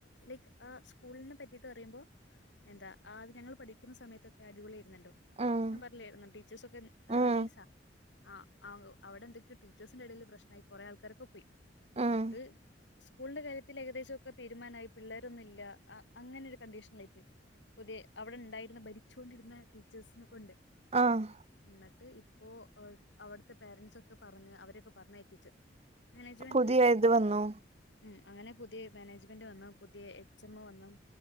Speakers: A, on the left; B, on the right.
A: ലൈക്ക് ആ സ്കൂളിനെ പറ്റിട്ട് പറയുമ്പോ എന്താ ആ ഞങ്ങൾ പഠിക്കു ന്ന സമയത്തൊക്ക അടിപൊളിയിരുന്നല്ലോ
B: ഉം
A: ഞാൻ പറഞ്ഞായിരുന്നു ടീച്ചേഴ്സ ഒക്കെ
B: ഉം
A: നൈസ ആ അവിടെ എന്തൊക്കെയോ ടീച്ചേഴ്സിന്റെ ഇടയില് പ്രശ്നയി കൊറേ ആൾക്കാരൊക്കെ പോയി
B: ഉം
A: എന്നിട്ട് സ്കൂളിന്റെ കാര്യത്തിൽ ഏകദേശംക്കെ തീരുമാനായി പിള്ളേരൊന്നും ഇല്ല ആ അങ്ങനെ ഒരു കണ്ടീഷനില യി പുതിയ അവിടെ ഇണ്ടായിരുന്ന ഭരിചോണ്ടിരുന്ന ടീച്ചേഴ്സിനെ കൊണ്ട്
B: ആഹ്
A: എന്നിട്ട് ഇപ്പോ ഹെ അവിടാതെ പരന്റ്സ് ഒക്കെ പറഞ്ഞ് അവരൊക്കെ പറഞ്ഞയപ്പിച്ചു മാനേജ്മെറ്റിൽ
B: പുതിയ ഇത് വന്നു
A: ഉം അങ്ങനെ പുതിയ മാനേജ്മെന്റ് വന്ന പുതിയ എച്ച് എം വന്നും